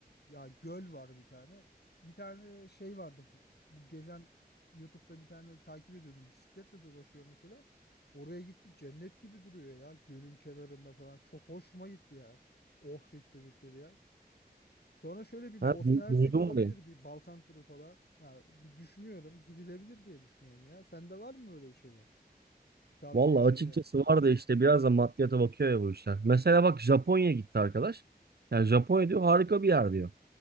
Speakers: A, on the left; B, on the right.
A: ya göl var bir tane. Bir tane şey vardı. Bu gezen YouTube'da bir tane takip ediyordum. Bisikletle dolaşıyor mesela. Oraya gitti. Cennet gibi duruyor ya. Gölün kenarında falan. Çok hoşuma gitti ya. Ohrid dedikleri yer. Sonra şöyle bir
B: Ha,
A: Bosna
B: du-
A: Hersek
B: duydum
A: olabilir
B: orayı.
A: bir Balkan turu falan. Ya bir düşünüyorum gidilebilir diye düşünüyorum ya. Sende var mı öyle bir şeyler? Bir tavsiye
B: Valla
A: etti
B: açıkçası
A: ya.
B: var da işte biraz da maddiyata bakıyor ya bu işler. Mesela bak Japonya gitti arkadaş. Yani Japonya diyor harika bir yer diyor.